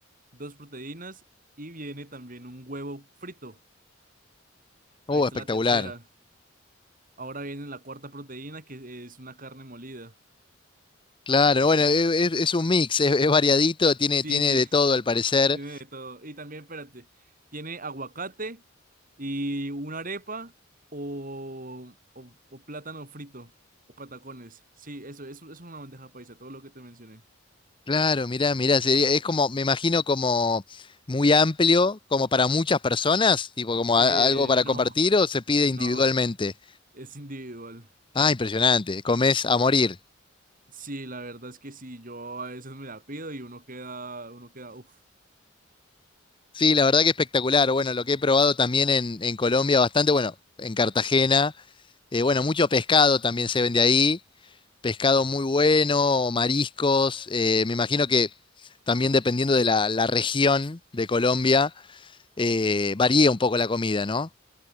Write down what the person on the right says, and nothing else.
Dos proteínas y viene también un huevo frito. Ahí
está
la tercera. Ahora viene la cuarta proteína, que es una carne molida.
Sí,
sí,
<laughs>
tiene de todo. Y también, espérate, tiene aguacate y una arepa o, o, o plátano frito o patacones. Sí, eso, eso, eso es una bandeja paisa, todo lo que te mencioné.
Eh,
no,
<laughs>
no,
es individual.
Sí, la verdad es que sí, yo a veces me la pido y uno queda, uno queda, uff.